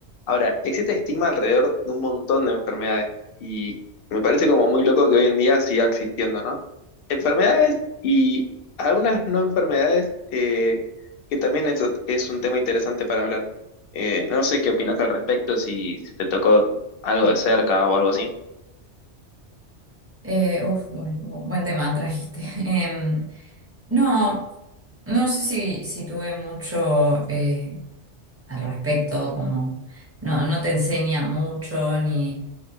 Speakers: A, on the left; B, on the right.
A: Ahora, existe estigma alrededor de un montón de enfermedades y me parece como muy loco que hoy en día siga existiendo, ¿no? Enfermedades y algunas no enfermedades, eh, que también eso es un tema interesante para hablar. Eh, no sé qué opinas al respecto, si, si te tocó algo de cerca o algo así.
B: Eh, uf, buen, buen tema trajiste. <laughs> Em, no, no sé si, si tuve mucho. eh, al respecto, como no, no te enseña mucho ni,